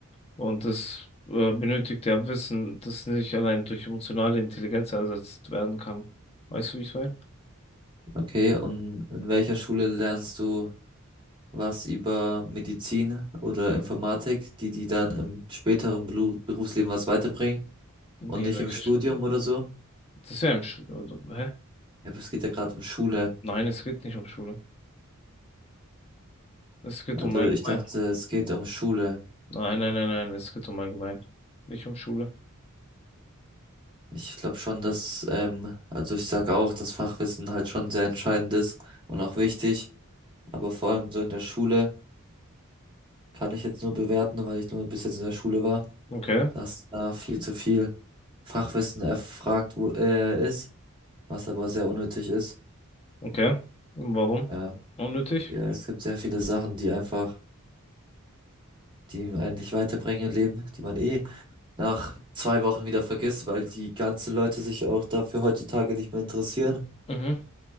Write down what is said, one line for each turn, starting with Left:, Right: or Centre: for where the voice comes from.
Left: Und das äh, benötigt ja Wissen, das nicht allein durch emotionale Intelligenz ersetzt werden kann. Weißt du, wie ich meine?
Right: Okay, und in welcher Schule lernst du was über Medizin oder Informatik, die die dann im späteren Belu- Berufsleben was weiterbringen
Left: Wie
Right: und nicht
Left: welche
Right: im Studium
Left: Schule?
Right: oder so.
Left: Das ist ja im Schule, oder? Hä?
Right: Ja, aber es geht ja gerade um Schule.
Left: Nein, es geht nicht um Schule. Es geht
Right: Also
Left: um allgemein.
Right: ich dachte, es geht um Schule.
Left: Nein, nein, nein, nein, es geht um allgemein. Nicht um Schule.
Right: Ich glaube schon, dass, ähm, also ich sage auch, dass Fachwissen halt schon sehr entscheidend ist und auch wichtig. Aber vor allem so in der Schule kann ich jetzt nur bewerten, weil ich nur bis jetzt in der Schule war,
Left: Okay.
Right: dass da viel zu viel Fachwissen erfragt wo, äh, ist, was aber sehr unnötig ist.
Left: Okay. Warum?
Right: Ja.
Left: Unnötig?
Right: Ja, es gibt sehr viele Sachen, die einfach, die einen nicht weiterbringen im Leben, die man eh nach zwei Wochen wieder vergisst, weil die ganzen Leute sich auch dafür heutzutage nicht mehr interessieren.
Left: Mhm.